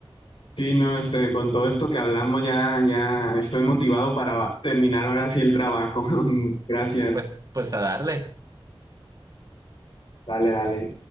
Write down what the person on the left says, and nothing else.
Sí, no, este, con todo esto que hablamos ya, ya estoy motivado para terminar ahora sí el trabajo. <laughs> Gracias.
Dale, dale.